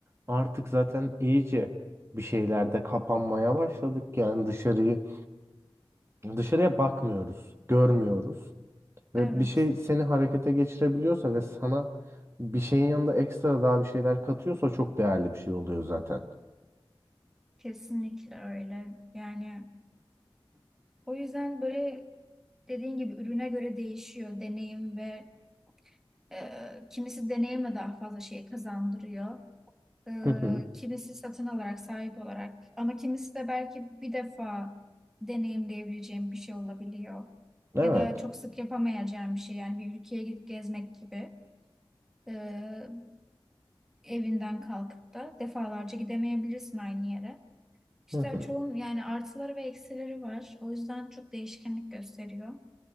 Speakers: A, on the right (about 30°); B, in the centre.
A: artık zaten iyice bir şeylerde kapanmaya başladık. Yani dışarıyı dışarıya bakmıyoruz, görmüyoruz. Ve
B: Evet,
A: bir şey seni harekete geçirebiliyorsa ve sana bir şeyin yanında ekstra daha bir şeyler katıyorsa çok değerli bir şey oluyor zaten.
B: kesinlikle öyle. Yani o yüzden böyle dediğin gibi ürüne göre değişiyor deneyim ve Ee, kimisi deneyimle daha fazla şey kazandırıyor. Ee,
A: Hı hı.
B: kimisi satın alarak, sahip olarak. Ama kimisi de belki bir defa deneyimleyebileceğim bir şey olabiliyor.
A: Evet.
B: Ya da çok sık yapamayacağım bir şey. Yani bir ülkeye gidip gezmek gibi. Ee, evinden kalkıp da defalarca gidemeyebilirsin aynı yere. İşte
A: Hı hı.
B: çoğun yani artıları ve eksileri var. O yüzden çok değişkenlik gösteriyor.